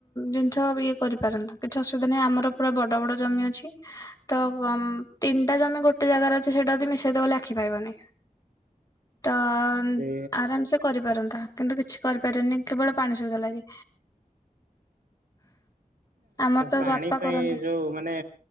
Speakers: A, on the left; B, on the right.
A: ଜିନିଷ ଇଏ କରିପାରନ୍ତ କିଛି ଅସୁବିଧା ନାହିଁ ଆମର ପୁରା ବଡ ବଡ ଜମି ଅଛି। ତ ତିନିଟା ଜମି ଗୋଟେ ଜାଗାରେ ଅଛି ସେଇଟା ଯଦି ମିଶେଇଦବ ବୋଲି ଆଖି ପାଇବନି। ତ
B: ସେ
A: ଆରାମ ସେ କରିପାରନ୍ତା କିନ୍ତୁ କିଛି କରିପାରନି କେବଳ ପାଣି ସୁବିଧା ଲାଗି। ଆମର ତ
B: ପାଣି
A: ବାପା
B: ପାଇଁ
A: କରନ୍ତି
B: ଯୋଉ ମାନେ।